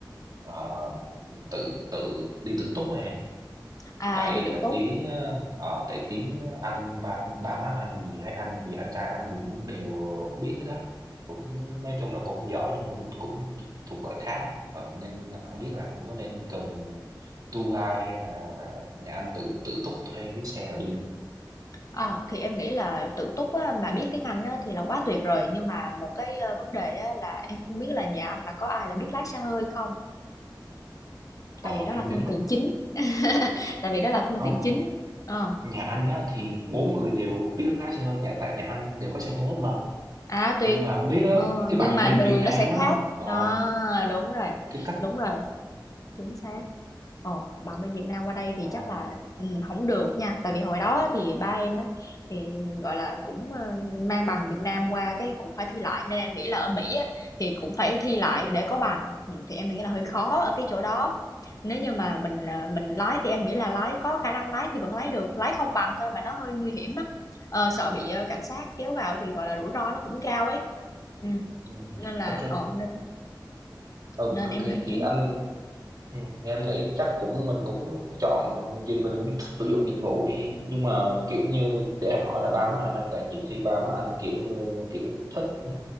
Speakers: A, on the right; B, on the left.
A: Ờ, tự tự đi tự túc á em
B: À,
A: tại
B: đi tự
A: ờ,
B: túc.
A: tiếng ờ, ờ, tại tiếng anh ba ba má anh gì hay anh gì anh trai anh gì cũng đều biết hết đó cũng nói chung là cũng không giỏi nhưng mà cũng cũng thuộc loại khá Ờ, nên không biết là anh có nên cần tour guide hay là nhà anh tự tự túc thuê cái xe rồi đi luôn
B: Ờ, thì em nghĩ là tự túc á, mà biết tiếng Anh á, thì là quá tuyệt rồi nhưng mà một cái ờ, vấn đề á, là em không biết là nhà anh là có ai là biết lái xe hơi không
A: Ờ,
B: tại vì đó
A: anh
B: là
A: quên
B: phương
A: mất.
B: tiện chính <laughs> tại vì đó là phương
A: không
B: tiện chính ờ
A: nhà anh á thì bốn người đều biết lái xe hơi nhà tại nhà anh đều có xe hơi hết mà
B: à tuyệt
A: nhưng mà không biết á
B: ờ,
A: cái
B: nhưng
A: bằng
B: mà
A: bên
B: đường
A: Việt Nam
B: nó sẽ khác
A: á ờ,
B: à, đúng rồi
A: cái cách
B: đúng rồi chính xác Ờ, bạn bên Việt Nam qua đây thì
A: ờ,
B: chắc là ừ, không được nha tại vì hồi đó thì ba em á thì gọi là cũng ờ, mang bằng Việt Nam qua cái cũng phải thi lại nên em nghĩ là ở Mỹ á thì cũng phải thi lại để có bằng Ừ, thì em nghĩ là hơi khó ở cái chỗ đó nếu như mà mình ờ, mình lái thì em nghĩ là lái có khả năng lái thì vẫn lái được lái không bằng thôi mà nó hơi nguy hiểm á Ờ, sợ bị ờ, cảnh sát kéo vào thì gọi là rủi ro nó cũng cao ấy ừ.
A: Ừ.
B: nên là
A: Ok,
B: ờ, nên,
A: Ờ,
B: nên
A: ok
B: em nghĩ
A: thì anh ừ, em nghĩ chắc cũng mình cũng chọn dịch mình cũng sử dụng dịch vụ đi nhưng mà kiểu như để anh hỏi là ba má anh ấy, tại nhiều khi ba má anh kiểu như kiểu thích ừ,